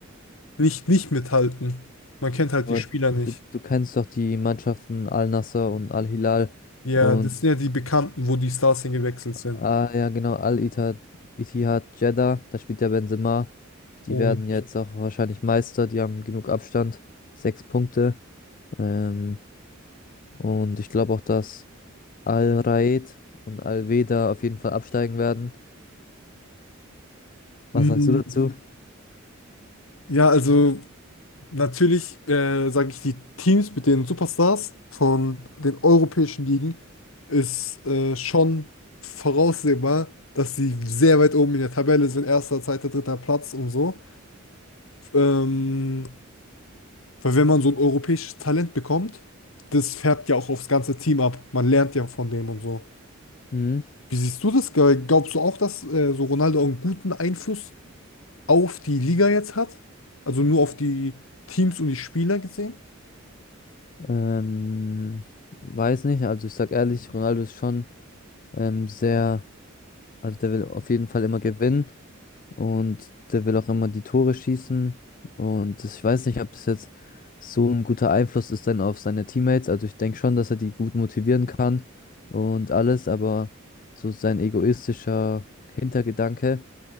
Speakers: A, on the left; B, on the left.
A: nicht, nicht mithalten. Man kennt halt
B: Aber
A: die Spieler nicht.
B: du, du kennst doch die Mannschaften Al-Nassr und Al-Hilal
A: Ja,
B: und,
A: das sind ja die Bekannten, wo die Stars hingewechselt sind.
B: ah ja, genau, Al-Ittihad, Ittihad Jeddah, da spielt ja Benzema. Die
A: Und
B: werden jetzt auch wahrscheinlich Meister, die haben genug Abstand, sechs Punkte. Ähm, und ich glaube auch, dass Al-Raed und Al-Wehda auf jeden Fall absteigen werden. Was
A: mm,
B: sagst du dazu?
A: ja, also natürlich, äh, sage ich, die Teams mit den Superstars von den europäischen Ligen ist äh, schon voraussehbar, dass sie sehr weit oben in der Tabelle sind, erster, zweiter, dritter Platz und so. Ähm, Weil wenn man so ein europäisches Talent bekommt, das färbt ja auch aufs ganze Team ab. Man lernt ja von dem und so.
B: Mhm.
A: Wie siehst du das? Ge- Glaubst du auch, dass äh, so Ronaldo einen guten Einfluss auf die Liga jetzt hat? Also nur auf die Teams und die Spieler gesehen?
B: Ähm, weiß nicht, also ich sag ehrlich, Ronaldo ist schon ähm, sehr, also der will auf jeden Fall immer gewinnen, Und der will auch immer die Tore schießen. Und das, ich weiß nicht, ob das jetzt so ein guter Einfluss ist dann auf seine Teammates. Also ich denke schon, dass er die gut motivieren kann und alles, aber so sein egoistischer Hintergedanke